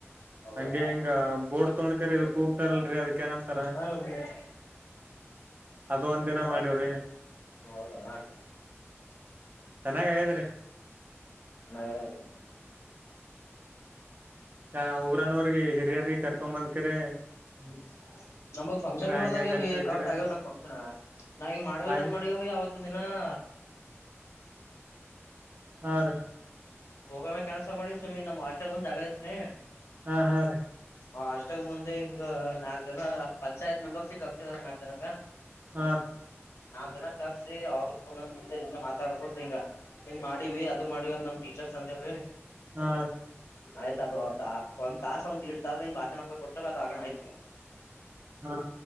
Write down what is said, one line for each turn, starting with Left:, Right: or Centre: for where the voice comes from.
Left: ಹೌದಾ
Right: ಹಂಗೆ ಹಿಂಗ ಬೋಡ್ ತೋಡಕರಿಬೇಕು ಹತಾರಲ್ರರಿ ಅದಕ್ಕ ಏನಂತಾರಾ
Left: ಹಾ
Right: ಅದ ಒಂದ್
Left: ಹ್ಮ್
Right: ದಿನ ಮಾಡಿವ್ರಿ
Left: ಹೌದಾ ಹ್ಮ
Right: ಚೆನ್ನಾಗ್ ಆಗ್ಯದ್ರಿ
Left: ಹ್ಮ
Right: ಹ ಊರನ್ನೋರಿಗೆ ಹಿರಿಯರ್ ಕರ್ಕೊ ಬಂದಕ್ರೇ
Left: ಹ್ಮ್ ನಮಗ್ ಫಂಕ್ಷನ್ ಮಾಡೋದಗೇವಿ
Right: ಹಂಗ ಹೆಂಗ ಅಂತ ಹೇಳ್ಕರಿ
Left: ಕಕ್ಟ್ ಆಗೇವ ನಮ ಫಂಕ್ಷನ್ ನಾವ ಈಗ ಮಾಡಬೇಕಂದ್
Right: ಹಾಗ
Left: ಮಾಡವಿ ಆವತ್ತಿನದಿನಾ <inaudible>
Right: ಹಾ ರೀ
Left: ಹೋಗ ಕೆನ್ಸ ಮಾಡಿ ಸುಮ್ಮಿಂಗ ನಮ್ ಅಷ್ಟಗ ಮುಂದ್ ಜಾಗ ಇತ್ರಿ
Right: ಹಾ ಹಾ ರೀ
Left: ಹ ಅಷ್ಟಾಗ ಮುಂದ <unintelligible> ನಾಕ್ ಜನ ಪಂಚಾಯತ್ ಮೆಂಬರ್ ಸಿಕ್ ಆಗ್ತದ ನಾಕ್ ಜನಕ
Right: ಹ
Left: ನಾವ ಜನ ಕರಸಿ ಆ ಮುಂದೆ ಹಿಂಗ ಮಾತಾಡ್ಕೊತ್ ಹಿಂಗ ಹಿಂಗ ಮಾಡಿವಿ ಅದ್ ಮಾಡಿವದ್ ನಮ್ ಟೀಚರ್ ಸಂದ್ಯೀ
Right: ಹಾ
Left: ಆಯ್ತ ಅದು ಒಂದ ತಾಸ ಒಂದ ದೀಡ್ ತಾಸ ಭಾಷಣ ಕೊಟ್ಟದು ಆಣ ಆಯ್ತು <inaudible>
Right: ಹಾ